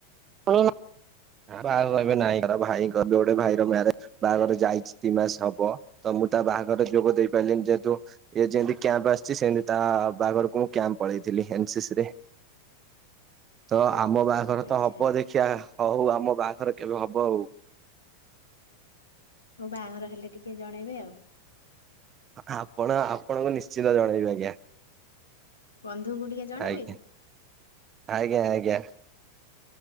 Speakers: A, on the right (about 30°); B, on the left (about 80°).
A: ହଁ <inaudible> ନା ବାହାଘର ଏବେ ନାଇଁ ଘ ଭାଇଙ୍କ ଜୋଡେ ଭାଇର ମ୍ୟାରେଜ ବାହାଘର ଯାଇଛି ଦି ମାସ ହବ ତ ମୁଁ ତା ବାହାଘର ଯୋଗ ଦେଇ ପାରିଲିନି ଯେହେତୁ ଏ ଯେମିତି କ୍ୟାମ୍ପ ଆସିଛି ସେମତି ତା ବାଘରକୁ ମୁଁ କ୍ୟାମ୍ପ ପଳେଇଥିଲି ଏନ ସି ସି ରେ ତ ଆମ ବାହାଘର
B: ଆଚ୍ଛା
A: ତ ହବ ଦେଖିିବା ହଉ ଆମ ବାହାଘର କେବେ ହବ ହଉ।
B: ହଉ ବାହାଘର ହେଲେ ଟିକେ ଜଣେଇବେ ଆଉ
A: ଆପଣ ଆପଣଙ୍କୁ ନିଶ୍ଚିତ ଜଣେଇବି ଆଜ୍ଞା।
B: ବନ୍ଧୁଙ୍କୁ ଟିକେ ଜଣେଇବେନି।
A: ଆଜ୍ଞା ଆଜ୍ଞା ଆଜ୍ଞା।